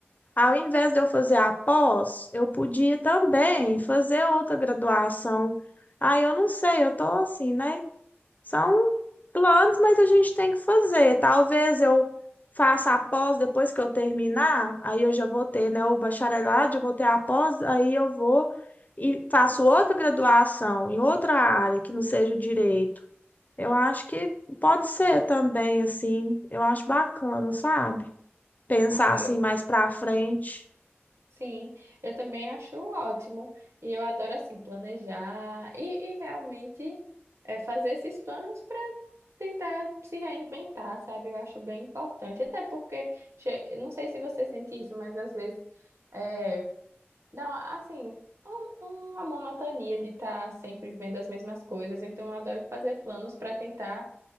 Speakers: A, on the left (about 40°); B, on the right (about 85°).
A: Ao invés de eu fazer a pós, eu podia também fazer outra graduação. Aí eu não sei, eu tô assim, né? São planos, mas a gente tem que fazer. Talvez eu faça a pós depois que eu terminar, aí eu já vou ter, né, o bacharelado, já vou ter a pós, aí eu vou e faço outra graduação em outra área que não seja o direito. Eu acho que pode ser também assim. Eu acho bacana, sabe? Pensar
B: Amiga,
A: assim mais pra frente.
B: Sim, eu também acho ótimo. E eu adoro, assim, planejar e, e realmente é, fazer esses planos para tentar se reinventar, sabe? Eu acho bem importante. Até porque, che- não sei se você sente isso, mas às vezes é, dá, uma- assim, um- uma monotonia de estar sempre vendo as mesmas coisas. Então, eu adoro fazer planos para tentar